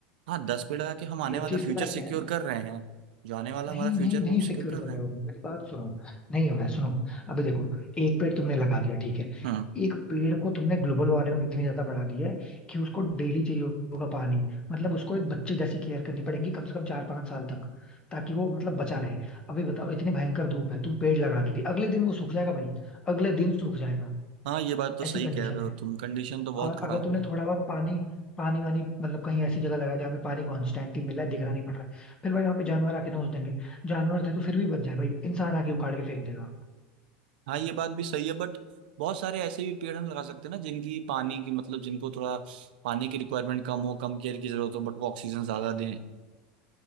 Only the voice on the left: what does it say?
एक
चीज
पता है
क्या है
नहीं
नहीं नहीं
सिक्योर
कर
रहे
हो मेरी बात सुनो नहीं होगा सुनो अभी देखो एक पेड़ तुमने लगा दिया ठीक है
एक पेड़ को तुमने ग्लोबल वार्मिंग इतनी ज्यादा बढ़ा दी है कि उसको डेली चाहिए होगा पानी मतलब उसको एक बच्चे जैसी केयर करनी पड़ेगी कम से कम चार पांच साल तक ताकि वो मतलब बचा रहे अभी बताओ इतनी भयंकर धूप है तुम पेड़ लगा दिए अगले दिन वो सूख जाएगा भाई अगले दिन सूख जाएगा
ऐसी
कंडीशन
है
और
अगर तुमने
थोड़ा बहुत पानी पानी वानी मतलब कहीं ऐसी जगह लगाया जहाँ पे पानी कॉन्स्टेंटली मिल रहा है दिखना नहीं पड़ रहा है फिर भाई वहाँ पे जानवर आके नोच देंगे जानवर थे तो फिर भी बच जाए भाई इंसान आके उखाड़ के फेंक देगा